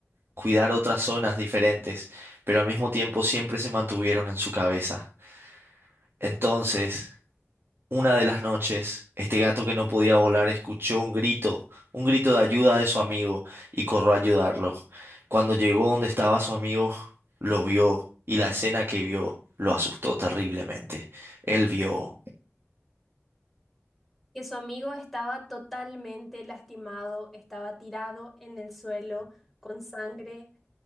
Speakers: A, on the right; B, in the centre.
A: cuidar otras zonas diferentes, pero al mismo tiempo siempre se mantuvieron en su cabeza. Entonces, una de las noches, este gato que no podía volar escuchó un grito, un grito de ayuda de su amigo, y corrió a ayudarlo. Cuando llegó donde estaba su amigo, lo vio, y la escena que vio lo asustó terriblemente. Él vio,
B: que su amigo estaba totalmente lastimado, estaba tirado en el suelo con sangre